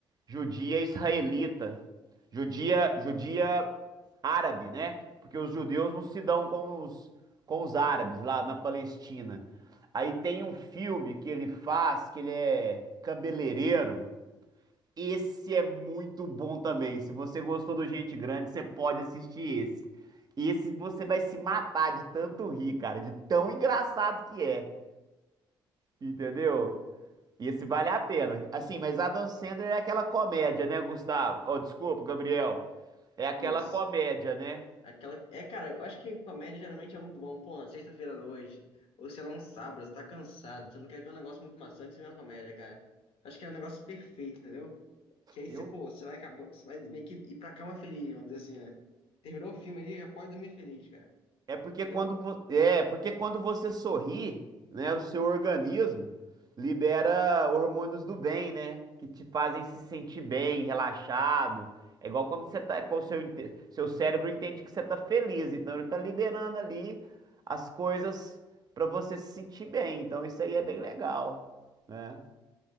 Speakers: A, on the right (about 40°); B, on the left (about 70°).
A: judia israelita, judia, judia árabe, né? Porque os judeus não se dão com os, com os árabes lá na Palestina. Aí tem um filme que ele faz, que ele é cabeleireiro, esse é muito bom também. Se você gostou do Gente Grande, você pode assistir esse. Esse você vai se matar de tanto rir, cara, de tão engraçado que é. Entendeu? esse vale a pena. Assim, mas Adam Sandler é aquela comédia, né, Gustavo? Oh, desculpa, Gabriel. É aquela
B: isso.
A: comédia, né?
B: Aquela. É, cara, eu acho que comédia geralmente é muito bom. Pô, na sexta-feira à noite, ou sei lá, um sábado, você tá cansado, você não quer ver um negócio muito maçante, você vê uma comédia, cara. Acho que é um negócio perfeito, entendeu? Que aí
A: Eu
B: você, pô, você vai acabar, você vai meio que ir pra cama feliz, vamos dizer assim, né? Terminou o filme ali, já pode dormir feliz, cara.
A: É porque
B: Entendeu?
A: quando, vo- é é porque quando você sorri, né, o seu organismo libera hormônios do bem, né, que te fazem se sentir bem, relaxado. É igual quando você tá, quando seu, inte- seu cérebro entende que você tá feliz, então ele tá liberando ali as coisas para você se sentir bem. Então isso aí é bem legal, né?